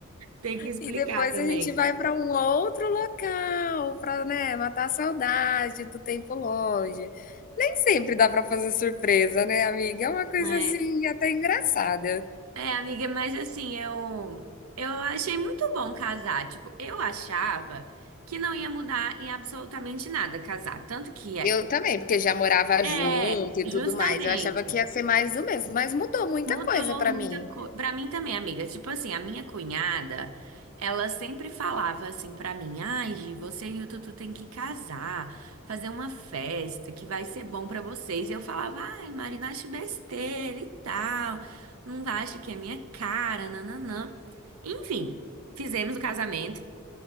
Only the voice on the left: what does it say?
E depois
a gente vai para um outro local para, né, matar a saudade do tempo longe. Nem sempre dá para fazer surpresa, né, amiga? É uma coisa
assim até engraçada.
Eu também, porque já morava
junto e
tudo mais. Eu achava que ia ser mais do mesmo, mas mudou muita
coisa para
mim.